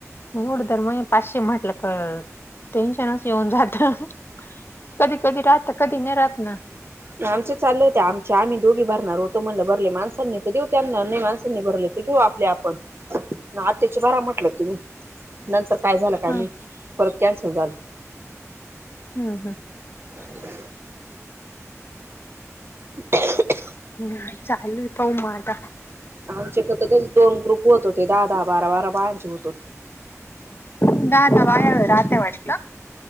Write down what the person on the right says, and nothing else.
आमच्या चालले होते आमच्या आम्ही दोघी भरणार होतो. म्हणलं भरले माणसांनी तर देवू तेना नाही माणसांन भरले. ते घेऊ आपल्या आपण, आत्याच्या भरा म्हटलं तुम्ही. नंतर काय झालं काय
माहित, परत कॅन्सल झालं.
<inaudible> <inaudible>
आमच्याकडं तर दोन ग्रुप होत होते, दहा दहा बारा बारा बायांचे होत होते.